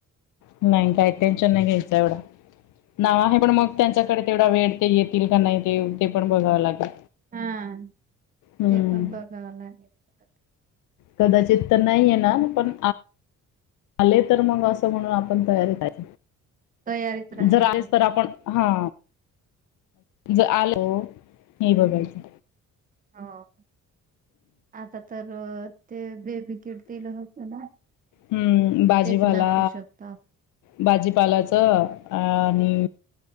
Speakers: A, on the left (about 75°); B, on the right (about 25°).
A: नाही काही टेन्शन नाही घ्यायच एवढं नाव आहे पण मग त्यांच्याकडे तेवढा वेळ ते येतील का नाही ते ते पण बघावं लागेल.
B: हा
A: हम्म
B: ते पण बघावं लागेल परत
A: कदाचित तर नाही आहे ना पण आले तर मग असं म्हणून आपण तयारीतच.
B: तयारीत राहायचं
A: जर आहेस तर आपण हा ज आलं हे बघायचं.
B: हा आता तर ते बे विकेट दिलं होत ना
A: हम्म भाजीपाला
B: तेच दाखवू शकतो आप
A: भाजीपालाचं आणि